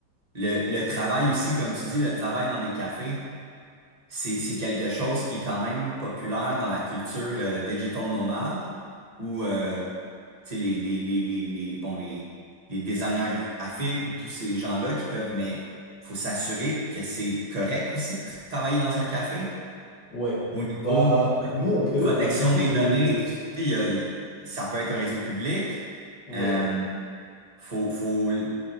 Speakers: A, on the right; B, on the left.
A: le, le travail aussi, comme tu dis, le travail dans des cafés. C'est, c'est quelque chose qui est quand même populaire dans la culture euh, digital nomade où euh, tu sais, les, les, les, les, les, bon, les, les designers graphiques ou tous ces gens-là qui peuvent, mais faut s'assurer que c'est correct aussi de tra- travailler dans un café
B: Ouais.
A: au niveau
B: Bah, nous, on peut,
A: protection
B: on a beaucoup
A: des
B: de...
A: données. tu sais, il y a- ça peut être un réseau public.
B: Ouais,
A: euh, faut, faut, tu